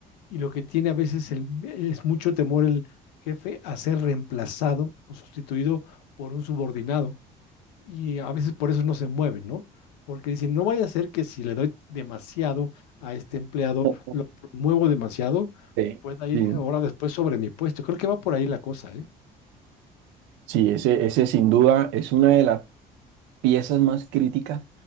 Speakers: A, on the left; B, on the right.
A: y lo que tiene a veces el- es mucho temor el jefe a ser reemplazado o sustituido por un subordinado. y a veces por eso no se mueven, ¿no? Porque dicen, no vaya a ser que si le doy demasiado a este empleado,
B: <laughs>
A: lo promuevo demasiado,
B: Sí,
A: pueda ir
B: sí,
A: ahora después sobre mi puesto. Creo que va por ahí la cosa, ¿eh?
B: sí, ese, ese sin duda es una de las piezas más críticas,